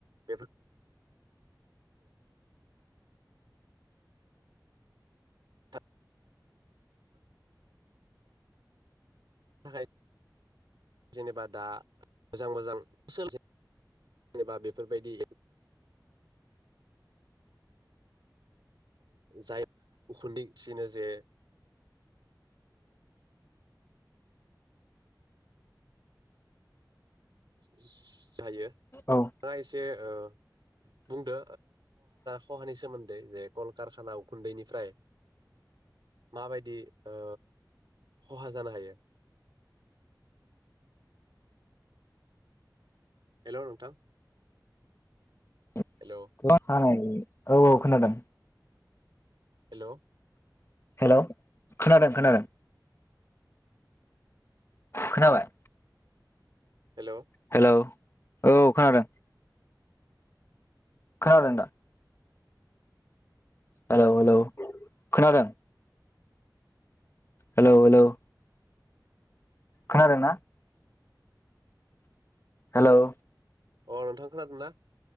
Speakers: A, on the right; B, on the left.
A: बेफोर होबथानो थाखाय जेनेबा दा मोजां मोजां <unintelligible> जेनेबा बेफोरबायदि जाय <unintelligible> जे जायो
B: औ
A: आ एसे ओ बुंदो खहानि सोमोन्दै जे कलकारखाना उखुन्दैनिफ्राय माबायदि ओ खहा जानो हायो हेलौ नोंथां
B: <unintelligible>
A: हेल'
B: औ औ खोनादों
A: हेलौ
B: हेलौ खोनादों खोनादों खोनाबाय
A: हेलौ
B: हेलौ औ खोनादों खोनादोंदा हेलौ हेलौ खोनादों हेलौ हेलौ' खोनादोंना हेल'
A: अ नोंथां खोनादों ना